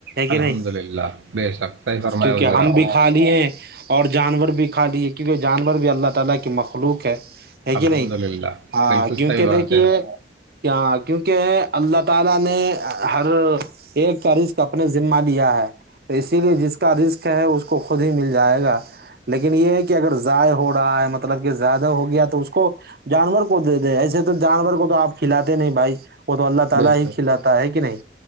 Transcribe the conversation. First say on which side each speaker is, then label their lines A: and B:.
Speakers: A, on the right (about 55°); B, on the right (about 85°).
A: کہ
B: الحمد
A: نہیں
B: للہ بے شک صحیح فرمایا
A: کیونکہ
B: حضور
A: ہم
B: آپ
A: بھی
B: نے
A: کھا لیے اور جانور بھی کھا دی السلام علیکم محترم بھائی جان آپ کو
B: الحمد
A: بھی مبارک
B: للہ
A: ہو
B: بالکل
A: جناب
B: صحیح
A: ہے
B: بات
A: کہ نہیں ہاں کیونکہ دیکھیے کیا کیونکہ السلام علیکم محترم بھائی جان آپ کو بھی مبارک ہو جناب آپ کو بھی مبارک ہو جناب لیکن یہ ہے کہ اگر ضع ہو رہا ہے مطلب کہ زیادہ ہو گیا تو اس کو کو جانور کو دے د ایسے تو جانور کو تو آپ کھلاتے نہیں بھائی وہ تو اللہ تعالی
B: بے شک
A: ہی کھلاتا ہے کہ نہیں